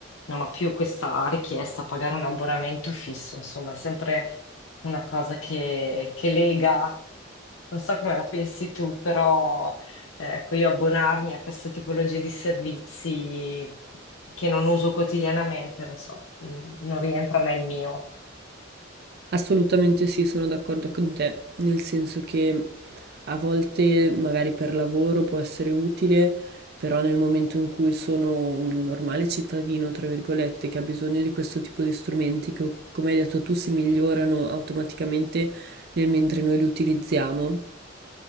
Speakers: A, on the left (about 85°); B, on the right (about 55°).
A: non ho più questa richiesta a pagare un abbonamento fisso, insomma, è sempre una cosa che, che lega. Non so come la pensi tu, però eh, ecco, io abbonarmi a queste tipologie di servizi che non uso quotidianamente, non so, mh, non rientra nel mio.
B: Assolutamente sì, sono d'accordo con te, nel senso che a volte magari per lavoro può essere utile, però nel momento in cui sono un normale cittadino, tra virgolette, che ha bisogno di questo tipo di strumenti che, come hai detto tu, si migliorano automaticamente nel mentre noi li utilizziamo,